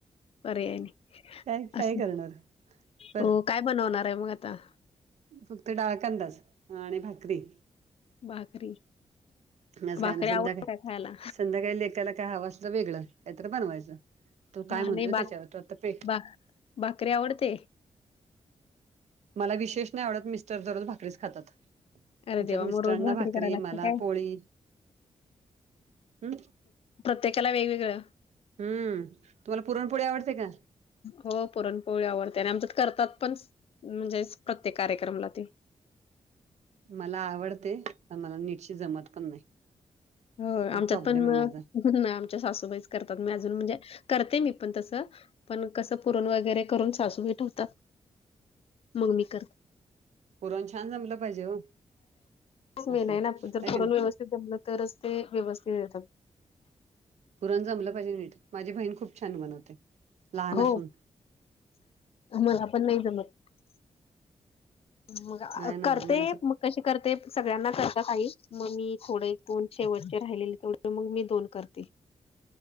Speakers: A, on the left; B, on the right.
A: पर्याय नाही
B: काय काय
A: असं
B: करणार तर.
A: हो काय बनवणार आहे मग आता.
B: फक्त डाळ कांंदाच आणि भाकरी.
A: भाकरी
B: मग आज
A: भाकरी
B: काय नाही संध्याकाळी
A: आवडते काय खायला
B: संध्याकाळी लेकाला काय हवा आस. वेगळं कायतर बनवायचं तू
A: हा
B: काय म्हणतोय
A: नाही बा
B: त्याच्यावर त आता पे
A: बा भाकरी आवडते.
B: मला विशेष नाही आवडत मिस्टर दररोज भाकरीच खातात.
A: अरे
B: आमच्यात
A: देवा
B: मिस्टरांना
A: मग रोज
B: भाकरी
A: करायला लागते
B: मला
A: काय
B: पोळी. हम्म
A: प्रत्येकाला वेगवेगळं
B: हम तुम्हाला पुरणपोळी आवडते का.
A: हो पुरणपोळी आवडते आणि आमच्या करतात पण म्हणजेच प्रत्येक कार्यक्रमला ते.
B: मला आवडते पण मला नीटची जमत पण नाही.
A: हो
B: हा
A: आमच्यात
B: प्रॉब्लेम
A: पण
B: आहे माझा.
A: म आमच्या सासूबाईच करतात मी अजून म्हणजे करते मी पण तसं. पण कसं पुरण वगैरे करून सासूई ठेवतात मग म कर
B: पुरण छान जमलं पाहिजे हो
A: म
B: असं
A: ना
B: आहे
A: जर को
B: का नाही
A: व्यवस् <unintelligible> जमलं तरच ते व्यवस्थित येतात.
B: पुरण जमलं पाहीजे नीट माझी बहीण खूप छान बनवते. लहान
A: हो
B: असून
A: मला पण नाही जमत. मग अ
B: नाही ना
A: करते
B: मला असं
A: मग. कशी करते सगळ्यांना करतात आई मग मी थोडे दोन शेवटचे राहिलेले तेव मग मी दोन करते.